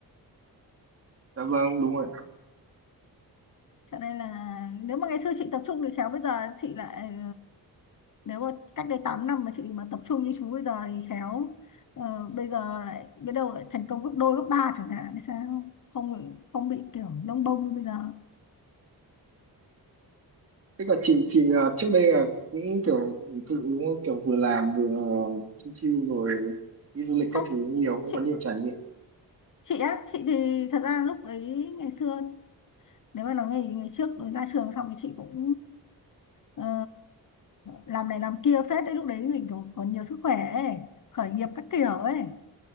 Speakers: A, on the right (about 40°); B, on the left (about 55°).
A: dạ vâng, đúng rồi.
B: cho nên là nếu mà ngày xưa chị tập trung thì khéo bây giờ chị lại ờ, nếu mà cách đây 8 năm mà chị mà tập trung như chú bây giờ thì khéo ờ, bây giờ lại biết đâu lại thành công gấp đôi gấp ba chẳng hạn thì sao không không bị kiểu lông bông như bây giờ
A: Thế còn chị chị à, trước đây là những kiểu hình thụ đúng không? Kiểu vừa làm vừa chill chill rồi đi du lịch
B: không
A: các thứ nhiều cũng
B: chị
A: có nhiều trải nghiệm.
B: chị á chị thì thật ra lúc đấy ngày xưa nếu mà nói ngày ngày trước ra trường xong thì chị cũng ờ, làm này làm kia phết đấy lúc đấy mình còn, còn nhiều sức khỏe ấy khởi nghiệp các kiểu ấy